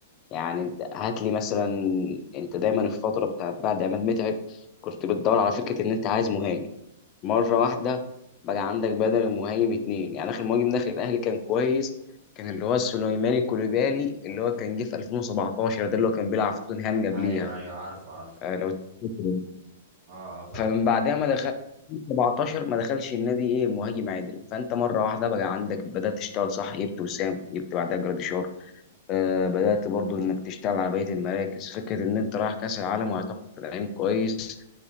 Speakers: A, on the left; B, on the right.
A: يعني انت هات لي مثلا انت دايما في الفتره بتاعت بعد عماد متعب كنت بتدور على فكره ان انت عايز مهاجم مره واحده بقى عندك بدل المهاجم اتنين يعني اخر مهاجم داخل الاهلي كان كويس كان اللي هو سليماني كوليبالي اللي هو كان جه في 2017 ده اللي هو كان بيلعب في توتنهام قبليها
B: ايوه ايوه عارف عارف
A: آه لو تفتكر.
B: اه آه، فاكر
A: فمن بعدها ما دخل 17 ما دخلش النادي ايه مهاجم عادل فانت مره واحده بقى عندك بدات تشتغل صح جبت وسام جبت بعدها جراديشار آه، بدأت برضو إنك تشتغل على بقية المراكز فكرة إن أنت رايح كأس العالم وهتاخد تدعيم كويس